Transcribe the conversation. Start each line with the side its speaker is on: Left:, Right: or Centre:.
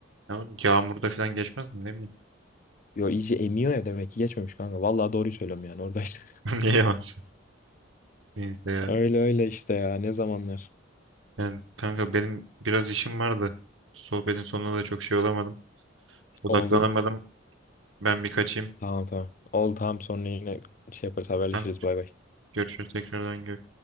Right: Ya, yağmurda falan geçmez mi? Ne bileyim.
Left: Yo iyice emiyor ya demek ki geçmemiş kanka. Vallahi doğruyu söylüyorum yani oradaydı. <laughs>
Right: <laughs> Niye yalan söylüyorsun? Neyse ya.
Left: Öyle öyle işte ya ne zamanlar.
Right: Yani kanka benim biraz işim vardı. Sohbetin sonunda da çok şey olamadım. Odaklanamadım.
Left: Oldu.
Right: Ben bir kaçayım.
Left: Tamam tamam. Oldu tamam sonra yine şey yaparız haberleşiriz
Right: Tamam.
Left: bay bay.
Right: Görüşürüz tekrardan. Görüşürüz.